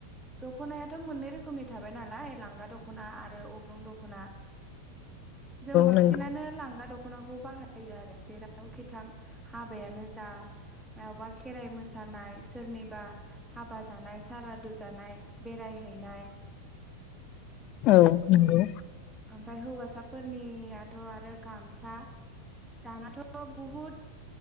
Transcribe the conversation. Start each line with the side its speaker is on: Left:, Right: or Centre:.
Centre: दख'नायाथ' मोननै रोख़ोम नि थाबाय नालाय लांगा दख' दख'ना आरो अग्लं दख'ना जों बांसिनानो
Left: नंगौ
Centre: लांगा दख' दख'नाखौ बाहायो आरो जेरावखि थां हाबायानो जा मबा खेराइ मोसानाय सोरनिबा हाबा जानाय सारादु जानाय बेरायहैनाय
Left: औ नोंगौ
Centre: ओमफ्राय हौवासाफोरनियाथ' आरो गामसा दानाथ' बुहुद